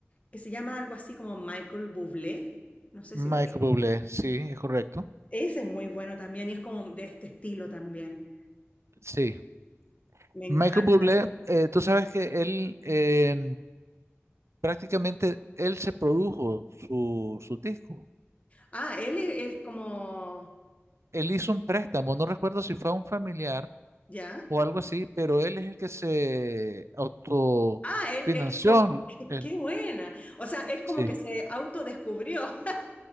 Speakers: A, on the left; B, on the right.
A: que se llama algo así como Michael Bublé. No sé
B: Michael
A: si lo vi.
B: Bublé, sí, es correcto.
A: Ese es muy bueno también y es como de este estilo también.
B: Sí,
A: Me encanta.
B: Michael Bublé, eh, tú sabes que él eh, prácticamente él se produjo su, su disco.
A: Ah, él es él como,
B: Él hizo un préstamo, no recuerdo si fue a un familiar
A: ¿ya?
B: o algo así, pero él es el que se autofinanció.
A: Ah, él, él como, <laughs>
B: él,
A: qué buena. O sea, él como
B: sí.
A: que se autodescubrió. <laughs>